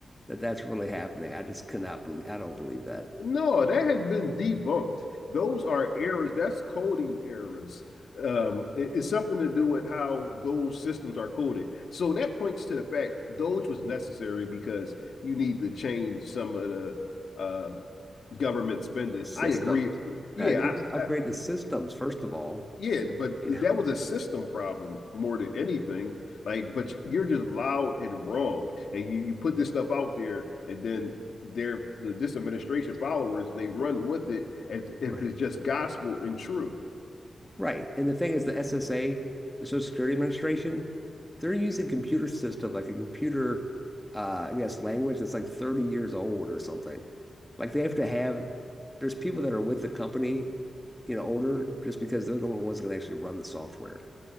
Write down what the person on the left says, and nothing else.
No, that has been debunked. Those are errors. That's coding errors. Um, it- it's something to do with how those systems are coded. So that points to the fact Doge was necessary because you need to change some of the um government spending.
I agree. Yeah,
I, I,
yeah, but
that was a system problem more than anything. Like, but you're just loud and wrong, and you, you put this stuff out there, and then their the this administration followers they run with it, and
if
it's just gospel and true,